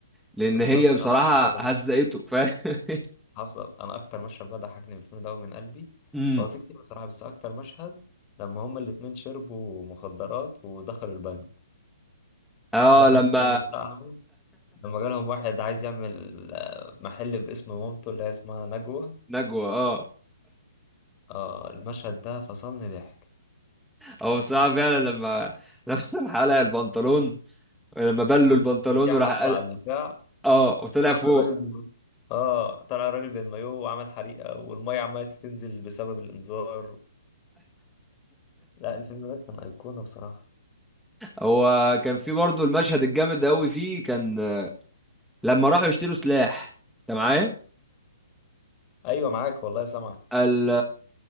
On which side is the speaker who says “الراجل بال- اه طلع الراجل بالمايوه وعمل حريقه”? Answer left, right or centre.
Left